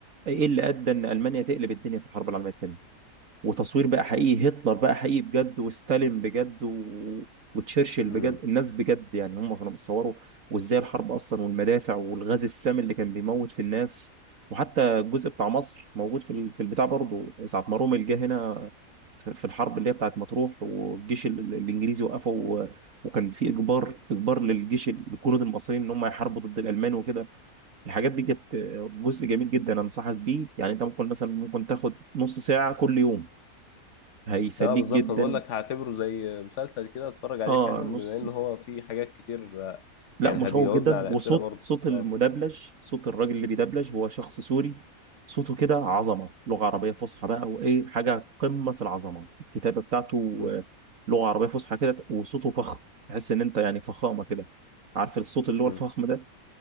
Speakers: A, on the right; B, on the left.
A: إيه اللي أدى إن ألمانيا تقلب الدنيا في الحرب العالمية التانية وتصوير بقى حقيقي هتلر بقى حقيقي بجد وستالين بجد و... وتشرشل
B: امم
A: بجد الناس بجد يعني هم كانوا بيصوروا وازاي الحرب اصلا والمدافع والغاز السام اللي كان بيموت في الناس وحتى الجزء بتاع مصر موجود في ال- في البتاع برضه ساعة ما رومل جه هنا في في الحرب اللي هي بتاعت مطروح والجيش ال- ال- الانجليزي وقفه و... وكان في اجبار اجبار للجيش ال- الجنود المصريين ان هم يحاربوا ضد الالمان وكده الحاجات دي كانت جزء جميل جدا انصحك بيه يعني انت ممكن مثلا ممكن تاخد نص ساعة كل يوم هيسليك
B: اه بالظبط
A: جدا
B: انا بقول لك هعتبره زي مسلسل كده اتفرج عليه
A: اه
B: فعلا
A: نص
B: بما ان هو فيه حاجات كتير آه،
A: لا
B: يعني
A: مشوق
B: هتجاوبنا
A: جدا
B: على
A: وصوت
B: اسئله برضه
A: صوت المدبلج
B: اه
A: صوت الراجل اللي بيدبلج هو شخص سوري صوته كده عظمه لغه عربيه فصحى بقى وايه حاجه قمه في العظمه الكتابه بتاعته
B: امم
A: آه، لغه عربيه فصحى كده وصوته فخم تحس ان انت يعني فخامه كده عارف الصوت اللي هو
B: امم
A: الفخم ده